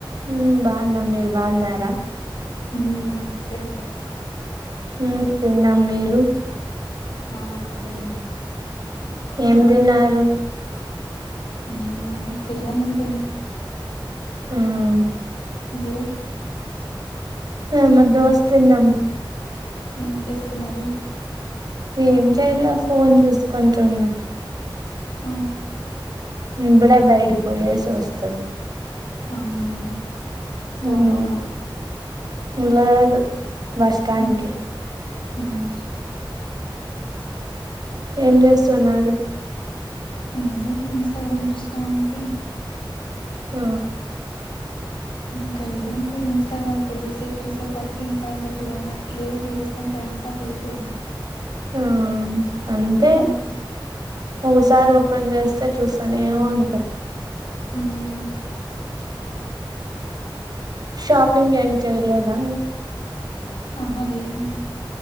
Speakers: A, on the right; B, on the left.
A: హ్మ్ బాన్నం మీరు బాన్నర
B: హ్మ్ బాన్నం తిన్నారా
A: హ్మ్ తిన్నాం మీరు
B: ఆ తిన్నాం
A: ఏం తిన్నారు
B: నేనా పెరుగన్నం తిన్న
A: హ్మ్
B: మీరు
A: ఆ మా దోస్ తిన్నాం
B: ఏం చేస్తున్నారు
A: ఏం చేయలే ఫోన్ చూసుకుంటున్నా
B: ఆ
A: ఇప్పుడే బయటికి పోయేసి వస్తున్న
B: అవునా. తోట్లొక?
A: ఉమ్ లేదు బస్ స్టాండ్
B: ఉమ్
A: కి.
B: ఉమ్
A: ఏం చేస్తున్నారు?
B: ఏం లేదు, ఇంస్టాగ్రామ్ చూస్తా ఉంటే.
A: ఆ
B: ఇంకా ఇదే ఇంగ ఇన్స్టాగ్రామ్ కొద్దిసేపు చూసేపాటికి, ఇంకా ఇంకా చూడాలని అట్లే చూసేస్తాం. టైమంతా అట్లే అయిపోద్ది.
A: ఆ అంతే,
B: ఉమ్
A: ఒకోసారి
B: ఉమ్
A: ఓపెన్ చేస్తే చూస్ కానీ ఏమంటవ్?
B: ఉమ్
A: షాపింగ్ ఏం చెయలేదా?
B: ఆహ లేదండి.